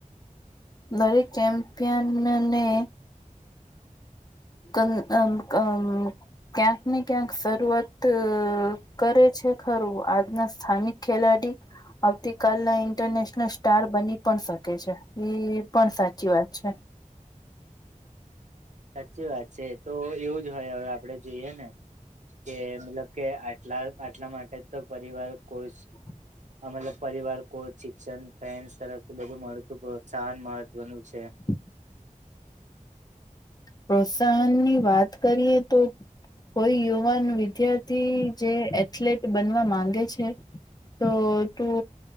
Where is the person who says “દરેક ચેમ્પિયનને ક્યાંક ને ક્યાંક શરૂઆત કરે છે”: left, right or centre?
Left